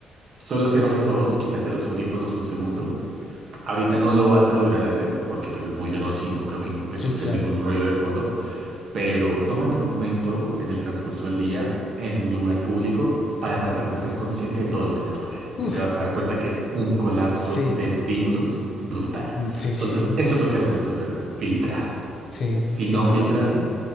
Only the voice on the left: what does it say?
sí, claro.
Uf,
sí,
no.
Mm, Sí,
sí, sí,
sí,
tienes
razón.